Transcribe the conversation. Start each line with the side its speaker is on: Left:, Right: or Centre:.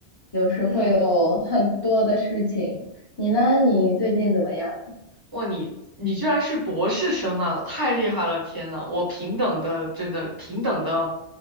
Left: 就是会有很多的事情。
Right: 嗯，
Left: 你呢？你最近怎么样？
Right: 哇，你你居然是博士生啊，太厉害了！天呐，我平等的，真的平等的，